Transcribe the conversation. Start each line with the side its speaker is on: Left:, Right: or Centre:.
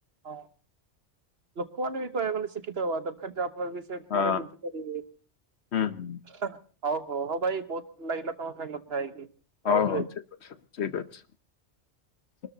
Right: ହଁ ଲୋକମାନେ ବି କହିବାକୁ ଗଲେ ଶିକ୍ଷିତ ହବା ଦରକାର ଯ ବି ସେ
Left: ହଁ
Right: ପରେ ବୁଝିପାରିବେ।
Left: ହୁଁ ହୁଁ
Right: ହଉ ହଉ ହଉ ଭାଇ ବହୁତ ଭଲ ଲାଗିଲା ତମ ସହ ନଥା ହେଇକି।
Left: ହଉ
Right: ରହୁଛି
Left: ହଉ
Right: ଭାଇ।
Left: ଠିକ ଅଛି ଠିକ ଅଛି।